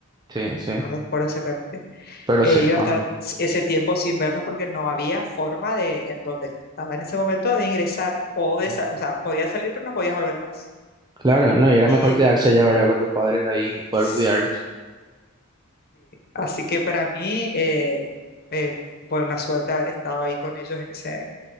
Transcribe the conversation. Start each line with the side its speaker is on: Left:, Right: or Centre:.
Right: Sí, sí,
Left: no recuerdo exactamente.
Right: pero
Left: eh,
Right: sí,
Left: iba
Right: más
Left: a estar
Right: o menos.
Left: ese tiempo sin verlos porque no había forma de, en donde estaba en ese momento, de ingresar o de,
Right: Mm.
Left: sa- o sea, podía salir pero no podías volver más.
Right: Claro, no, y era
Left: Y
Right: mejor quedarse allá, ¿verdad? Con tus padres ahí y poder
Left: sí,
Right: cuidarlos.
Left: así que para mí eh, eh, fue una suerte haber estado ahí con ellos en ese,